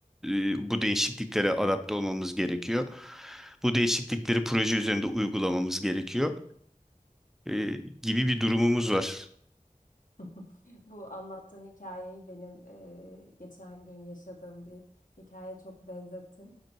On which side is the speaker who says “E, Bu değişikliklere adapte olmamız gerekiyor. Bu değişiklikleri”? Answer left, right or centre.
Centre